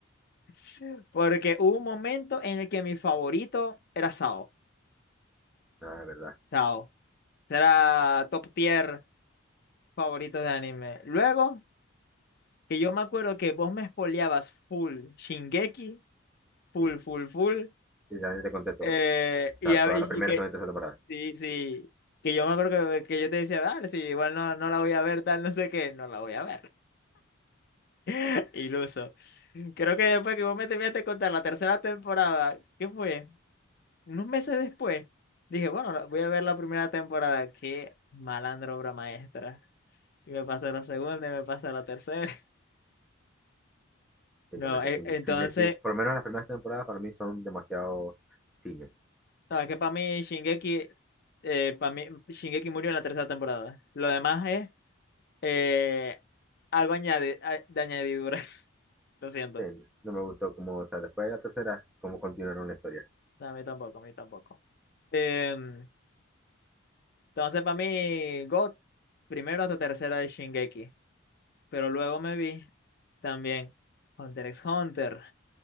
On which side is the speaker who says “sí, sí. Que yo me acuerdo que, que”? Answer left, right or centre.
Left